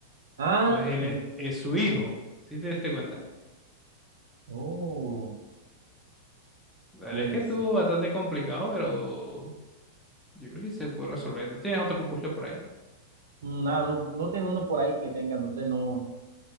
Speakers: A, on the right; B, in the centre.
A: Ah,
B: Entonces él
A: oh,
B: es, es su hijo. ¿Sí te diste cuenta?
A: oh,
B: La verdad
A: puede
B: es que estuvo
A: ser.
B: bastante complicado, pero yo creo que se puede resolver. ¿No tienes otro puzzle por ahí?
A: No, no, no tienes uno por ahí que tenga, no sé, no.